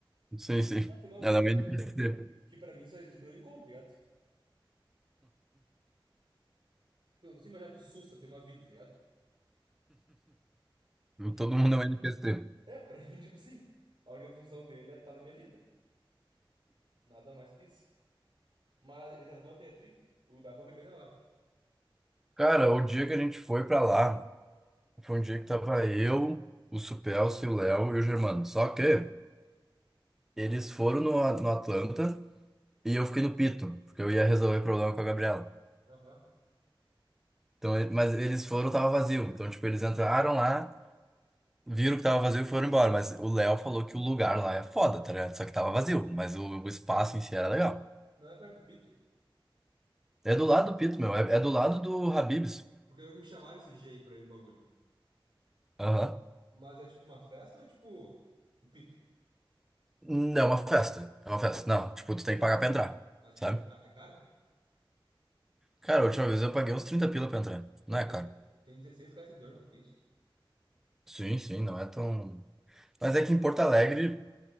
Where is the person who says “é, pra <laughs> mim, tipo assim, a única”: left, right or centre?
Right